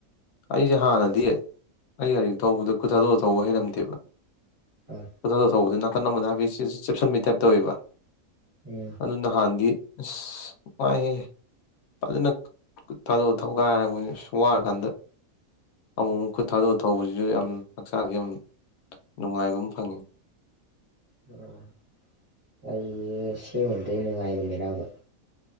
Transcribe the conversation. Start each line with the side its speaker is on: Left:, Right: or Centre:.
Left: ꯑꯩꯁꯦ ꯍꯥꯟꯅꯗꯤ ꯑꯩ ꯒꯥꯔꯤ ꯇꯧꯕꯗ ꯈꯨꯠ ꯊꯥꯗꯣꯛꯑ ꯊꯧꯕ ꯍꯩꯔꯝꯗꯦꯕ
Right: ꯑꯥ
Left: ꯀꯊ ꯊ ꯊꯧꯕꯗꯅ ꯀꯅꯝꯕꯗ ꯍꯥꯏꯕꯤ ꯁꯤ ꯆꯦꯞꯁꯟꯕꯒꯤ ꯇꯥꯏꯞꯇ ꯑꯣꯏꯕ
Right: ꯎꯝ
Left: ꯑꯗꯨ ꯅꯍꯥꯟꯗꯤ ꯑꯁ ꯄꯥꯏ ꯐꯖꯅ ꯈꯨꯠ ꯊꯥꯗꯣꯛꯑ ꯊꯧꯒꯥꯏ ꯍꯥꯏꯔꯕꯅꯤ ꯁꯨꯝ ꯋꯥꯔꯀꯥꯟꯗ ꯑꯃꯨꯛ ꯑꯃꯨꯛ ꯈꯨꯠ ꯊꯥꯗꯣꯛꯑ ꯊꯧꯕꯁꯤꯁꯨ ꯌꯥꯝ ꯍꯛꯆꯥꯡꯒꯤ ꯌꯥꯝ ꯅꯨꯡꯉꯥꯏꯕ ꯑꯃ ꯐꯪꯉꯤ
Right: ꯑꯣ ꯑꯩ ꯁꯦꯝꯕꯗ ꯅꯨꯡꯉꯥꯏꯔꯝꯃꯤꯔꯥꯕ